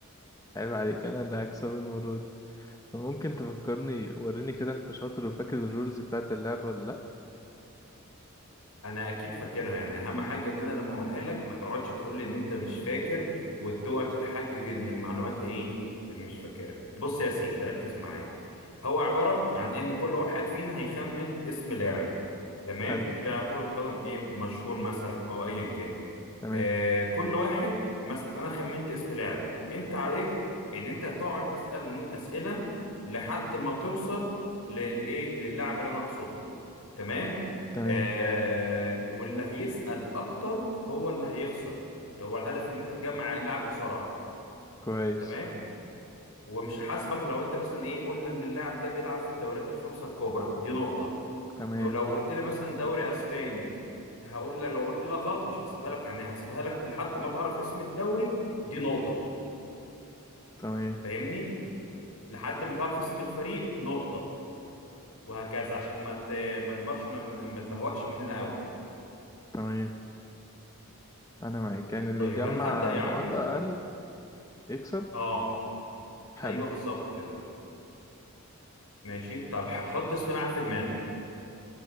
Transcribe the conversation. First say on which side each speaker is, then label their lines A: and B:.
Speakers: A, on the left; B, on the left.
A: عيب عليك انا اللي هكسب المرة دي فممكن تفكرني وريني كده انت شاطر وفاكر الرولز بتاعت اللعبة ولا لأ
B: انا اكيد فاكرها يعني اهم حاجه ان انا لما اقولها لك ما تقعدش تقول لي ان انت مش فاكر وتقعد تتحجج ان المعلومات ايه مش فاكرها بص يا سيدي ركز معايا هو عباره عن ان كل واحد فينا هيخمن اسم لاعب تمام
A: حلو
B: لاعب كره قدم ايه مشهور مثلا او ايا كان
A: تمام
B: آه كل واحد مثلا انا خمنت اسم لاعب انت عليك ان انت هتقعد تسالني اسئله لحد ما توصل للايه للاعب اللي انا اقصده تمام
A: تمام
B: آه واللي هيسال اكتر هو اللي هيخسر هو الهدف ان انت تجمع اللاعب بسرعه
A: كويس
B: تمام ومش هحاسبك لو انت مثلا ايه قلنا ان اللاعب ده بيلعب في الدوريات الخمسه الكبرى دي نقطه
A: تمام
B: ولو قلت لي مثلا دوري اسباني هقول لك لو قلت لك غلط مش هحسبها لك يعني هحسبها لك لحد ما تعرف اسم الدوري دي نقطة
A: تمام
B: فاهمني لحد ما تعرف اسم الفريق نقطة وهكذا عشان ما ت... ما نبرش ما, ما تبهوأش مننا قوي
A: تمام انا معاك يعني اللي
B: طيب
A: يجمع
B: انا هبدأ يا
A: نقاط
B: عمي
A: اقل يكسب
B: اه
A: حلو
B: ايوه بالظبط كده ماشي طب حط اسم لاعب في دماغي